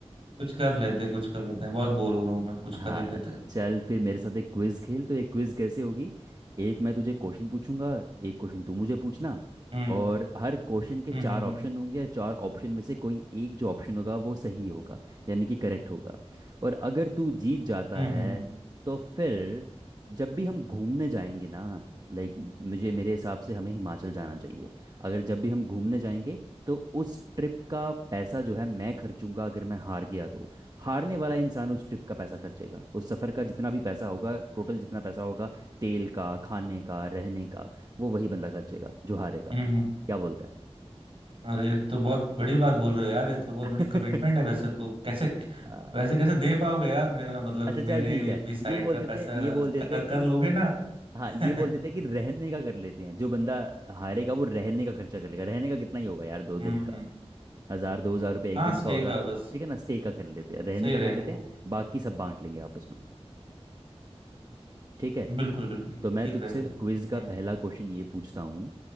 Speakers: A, on the right (about 55°); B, on the right (about 35°).
A: कुछ कर लेते हैं कुछ कर लेते हैं बहुत बोर हो रहा हूँ मैं कुछ
B: हाँ
A: कर ही लेते हैं
B: चल फिर मेरे साथ एक क्विज खेल तो एक क्विज कैसे होगी एक मैं तुझे क्वेश्चन पूछूंगा एक क्वेश्चन तू मुझे पूछना
A: हम्म
B: और हर क्वेश्चन के
A: हम्म
B: चार
A: हम्म
B: ऑप्शन होंगे या चार ऑप्शन में से कोई एक जो ऑप्शन होगा वो सही होगा यानी कि करेक्ट होगा और अगर तू जीत जाता
A: हम्म
B: है
A: हम्म हम्म
B: तो फिर जब भी हम घूमने जाएंगे ना लाइक मुझे मेरे हिसाब से हमें हिमाचल जाना चाहिए अगर जब भी हम घूमने जाएंगे तो उस ट्रिप का पैसा जो है मैं खर्चूंगा अगर मैं हार गया तो हारने वाला इंसान उस ट्रिप का पैसा खर्चेगा उस सफ़र का जितना भी पैसा होगा टोटल जितना पैसा होगा तेल का खाने का रहने का वो वही बंदा खर्चेगा जो हारेगा
A: हम्म, हम्म। हम्म।
B: क्या बोलता है
A: अरे ये तो बहुत बड़ी बात बोल रहे हो यार ये तो बहुत
B: <laughs>
A: बड़ी कमिटमेंट है वैसे तो कैसे
B: हाँ,
A: वैसे कैसे दे पाओगे यार मेरा मतलब
B: अच्छा चल
A: मेरे
B: ठीक है
A: भी साइड
B: ये बोल
A: का
B: देते
A: पैसा
B: हैं
A: कर,
B: ये बोल देते हैं
A: कर
B: कि
A: लोगे ना
B: हाँ
A: <laughs>
B: ये बोल देते हैं कि रहने का कर लेते हैं जो बंदा हारेगा वो रहने का खर्चा कर लेगा रहने का कितना ही होगा यार दो
A: हम्म
B: दिन का हज़ार दो हज़ार रुपये
A: हाँ
B: एक दिन
A: स्टे
B: का होगा
A: का बस
B: ठीक है ना स्टे का कर लेते हैं रहने
A: सही
B: का
A: रहेगा
B: कर लेते हैं
A: वो
B: बाकी सब बांट लेंगे आपस में ठीक है
A: बिल्कुल बिल्कुल
B: तो मैं
A: ठीक
B: तुझसे
A: रहेगा
B: क्विज का
A: हम्म
B: पहला क्वेश्चन ये पूछता हूँ